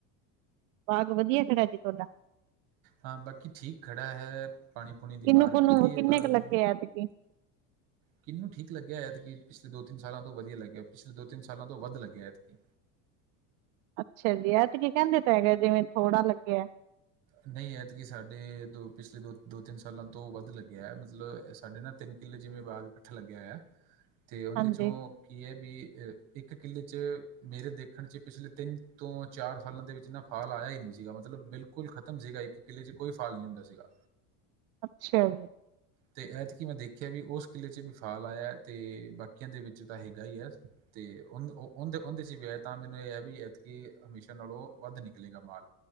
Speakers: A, on the right (about 85°); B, on the right (about 55°).
A: ਬਾਗ ਵਧੀਆ ਖੜਾ ਜੀ ਥੋਡਾ?
B: ਹਾਂ ਬਾਕੀ ਠੀਕ ਖੜਾ ਹੈ, ਪਾਣੀ ਪੂਣੀ ਦੀ
A: ਕਿੰਨੂੰ
B: ਮਾਰ
A: ਕੁਨੂੰ
B: ਪੈਂਦੀ ਏ
A: ਕਿੰਨੇ
B: ਬਾਗ਼ ਨੂੰ।
A: <inaudible>
B: ਕਿਨੂੰ ਠੀਕ ਲੱਗਿਆ ਏਦ ਕਿ ਪਿਛਲੇ ਦੋ ਤਿੰਨ ਸਾਲ ਤੋਂ ਵਧੀਆ ਲੱਗਿਆ ਪਿਛ ਦੋ ਤਿੰਨ ਸਾਲ ਤੋਂ ਵੱਧ ਲਗੇਆ ਆਥੇ
A: ਅੱਛਾ ਜੀ ਏਦ ਕੀ ਕਹੰਦੇ ਤਾਂ ਹੈਗਾ ਜਿਵੇਂ ਥੋੜਾ ਲੱਗਿਆ।
B: ਨਈ ਐਦਕੀ ਸਾਡੇ ਦੋ ਪਿਛਲੇ ਦੋ ਦੋ ਤਿੰਨ ਸਾਲਾਂ ਤੋਂ ਵੱਧ ਲੱਗਿਆ ਮਤਲਬ ਸਾਡੇ ਨਾ ਤਿੰਨ ਕਿੱਲ ਜਿਵੇਂ ਬਾਗ <unintelligible> ਲੱਗਿਆ ਹੋ ਤੇ ਓਂਦੇ
A: ਹਾਂਜੀ
B: ਚੋਂ ਕੀ ਐ ਵੀ ਅਹ ਇੱਕ ਕਿੱਲੇ ਚ ਮੇਰੇ ਦੇਖਣ ਚ ਪਿਛਲੇ ਤਿੰਨ ਤੋਂ ਚਾਰ ਸਾਲਾਂ ਦੇ ਵਿੱਚ ਇਨਾ ਫਾਲ ਆਇਆ ਈ ਨੀ ਸੀਗਾ ਮਤਲਬ ਬਿਲਕੁੱਲ ਖ਼ਤਮ ਸੀਗਾ ਇੱਕ ਕਿਲ੍ਹੇ ਚ ਕੋਈ ਫਾਲ ਨੀ ਹੁੰਦਾ ਸੀਗਾ।
A: ਅਛੇਆ ਜੀ।
B: ਤੇ ਐਤਕੀ ਮੈਂ ਦੇਖਿਆ ਵੀ ਓਸ ਕਿਲੇ ਚ ਵੀ ਫਾਲ ਆਇਐ ਤੇ ਬਾਕੀਆਂ ਦੇ ਵਿੱਚ ਤਾਂ ਹੈਗਾ ਈ ਆ। ਤੇ ਓਨਦ ਓ ਔਨ ਔਂਦੇ ਚ ਵੀਆ ਤਾਂ ਮੈਨੂੰ ਏ ਐ ਵੀ ਐਤਕੀ ਹਮੇਸ਼ਾ ਨਾਲੋਂ ਵੱਧ ਨਿਕਲੇਗਾ ਮਾਲ।